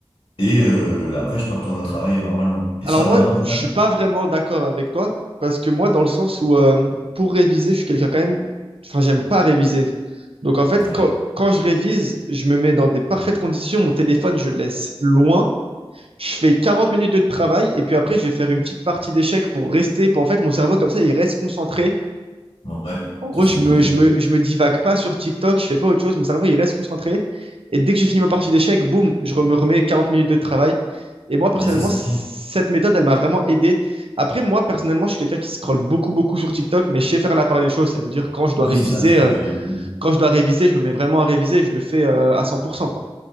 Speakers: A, on the left; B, on the right.
A: Et euh, après, je peux retourner au travail normalement. Et
B: Alors
A: ça,
B: moi,
A: vraiment, ça,
B: je suis pas vraiment d'accord avec toi parce que moi, dans le sens où euh, pour réviser, je suis quelqu'un quand même. Enfin, j'aime pas réviser. Donc en fait,
A: ouais,
B: quand, quand je révise, je me mets dans des parfaites conditions. Mon téléphone, je le laisse loin. Je fais 40 minutes de travail et puis après, je vais faire une petite partie d'échecs pour rester. Pour en fait, mon cerveau comme ça, il reste concentré
A: ouais,
B: En gros,
A: ça, c'est
B: je
A: une bonne
B: me,
A: idée.
B: je me, je me divague pas sur TikTok, je fais pas autre chose, mon cerveau il reste concentré. Et dès que j'ai fini ma partie d'échecs, boum, je re- me remets 40 minutes de travail. Et moi, personnellement,
A: Mais ça, c'est
B: cette
A: bien.
B: méthode, elle m'a vraiment aidé. Après, moi, personnellement, je suis quelqu'un qui scrolle beaucoup, beaucoup sur TikTok, mais je sais faire la part des choses. Ça veut dire quand je dois
A: Oui,
B: réviser,
A: c'est ça, c'est ce
B: euh,
A: que j'allais te dire.
B: quand je dois réviser, je me mets vraiment à réviser, je le fais euh, à 100%, quoi.